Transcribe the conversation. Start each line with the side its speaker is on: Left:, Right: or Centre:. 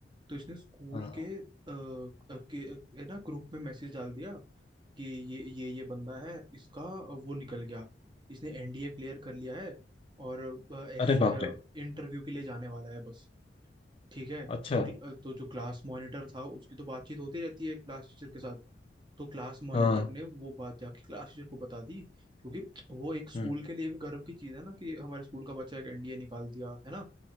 Right: तो इसने स्कूल
Left: हाँ।
Right: के, अ, अ, के अ, ना ग्रुप में मैसेज डाल दिया कि ये ये ये बंदा है इसका वो निकल गया इसने एनडीए क्लियर कर लिया है और अ, एस
Left: अरे
Right: इंटरव्यू
Left: बाप रे
Right: के लिए जाने वाला है बस ठीक है
Left: अच्छा
Right: तो क्ल- तो जो क्लास मॉनिटर था उसकी तो बातचीत होती रहती है क्लास टीचर के साथ तो क्लास मॉनिटर
Left: हाँ
Right: ने वो बात जाके क्लास टीचर को बता दी क्योंकि वो एक स्कूल
Left: हम्म
Right: के लिए भी गर्व की चीज है ना कि हमारे स्कूल का बच्चा एक एनडीए निकाल दिया है ना